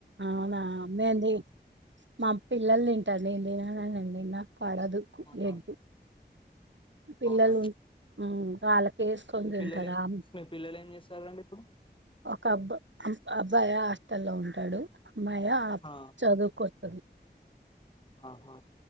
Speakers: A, on the right; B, on the left.
A: అవునా ఏమేంది మా పిల్లలు తింటరు నేన్ తిననన్న్ండి పడదు
B: ఆహా
A: ఎగ్ పిల్లలు
B: అవునా
A: ఉం, వాళ్ళకి వేసుకొని
B: మీ
A: తింటారు
B: పిల్లల్
A: ఆ
B: మి పిల్లలు ఏం చేస్తారండి ఇప్పుడు
A: ఒక అబ్బ ఆ ఉ అబ్బాయ హాస్టల్లో ఉంటడు అమ్మాయా
B: ఆ,
A: చదువుకొంటుంది
B: ఆహా